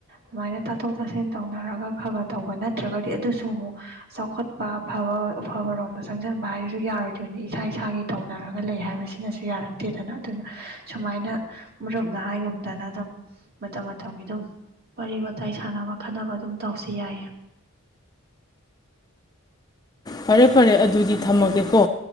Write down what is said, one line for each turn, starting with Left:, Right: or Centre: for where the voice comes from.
Right: ꯁꯨꯃꯥꯏꯅ ꯇꯥꯊꯣꯛ ꯇꯥꯁꯤꯟ ꯇꯧꯅꯔꯒ ꯈ ꯈ ꯇꯧꯕ ꯅꯠ ꯇ꯭ꯔꯒꯗꯤ ꯑꯗꯨꯁꯨ ꯑꯃꯨꯛ ꯆꯥꯎꯈꯠꯄ ꯑꯐꯕ ꯑꯐꯕꯔꯣꯝꯗ ꯆꯪꯁꯤꯟꯕ ꯍꯥꯏꯁꯨ ꯌꯥꯔꯣꯏꯗꯣꯏꯅꯤ ꯏꯁꯥ ꯏꯁꯥꯒꯤ ꯇꯧꯅꯔꯒ ꯂꯩ ꯍꯥꯏꯕꯁꯤꯅꯁꯨ ꯌꯥꯔꯛꯇꯦꯗꯅ ꯑꯗꯨꯅ ꯁꯨꯃꯥꯏꯅ ꯃꯔꯨꯞꯅ ꯍꯥꯏꯒꯨꯝꯗꯅ ꯑꯗꯨꯝ ꯃꯇꯝ ꯃꯇꯝꯒꯤ ꯑꯗꯨꯝ ꯋꯥꯔꯤ ꯋꯥꯇꯥꯏ ꯁꯥꯟꯅꯕ ꯈꯠꯅꯕ ꯑꯗꯨꯝ ꯇꯧꯁꯤ ꯌꯥꯏꯌꯦ
Left: ꯐꯔꯦ ꯐꯔꯦ ꯑꯗꯨꯗꯤ ꯊꯝꯃꯒꯦꯀꯣ